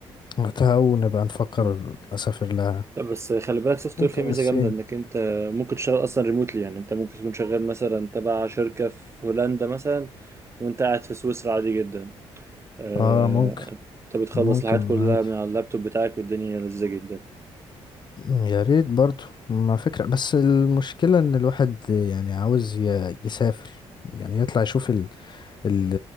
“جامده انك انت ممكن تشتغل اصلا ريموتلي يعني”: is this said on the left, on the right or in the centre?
Right